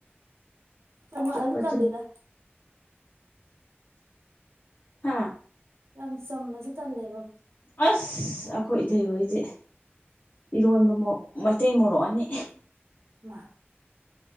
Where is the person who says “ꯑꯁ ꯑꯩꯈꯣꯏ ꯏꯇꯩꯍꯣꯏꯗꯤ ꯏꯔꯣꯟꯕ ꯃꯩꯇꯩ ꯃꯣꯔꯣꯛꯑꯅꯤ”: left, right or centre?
Left